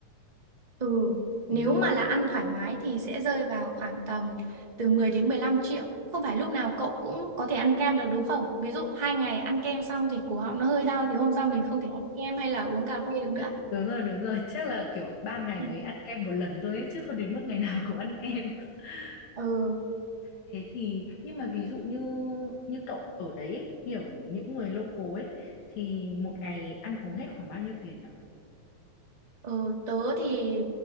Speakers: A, on the right (about 15°); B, on the left (about 70°).
A: Ừ, nếu
B: ừ.
A: mà là ăn thoải mái thì sẽ rơi vào khoảng tầm từ 10 đến 15 triệu. Không phải lúc nào cậu cũng có thể ăn kem được đúng không? Ví dụ hai ngày ăn kem xong thì cổ họng nó hơi đau thì hôm sau mình không thể ăn kem hay là uống cà phê được nữa.
B: đúng rồi đúng rồi chắc là kiểu ba ngày
A: Ừ.
B: mới ăn kem một lần thôi ấy, chứ không đến mức ngày nào cũng ăn kem <laughs>
A: Ừ.
B: thế thì nhưng mà ví dụ như như cậu ở đấy ấy, nhiều những người local ấy thì một ngày ăn uống hết khoảng bao nhiêu tiền nhở
A: Ờ, tớ thì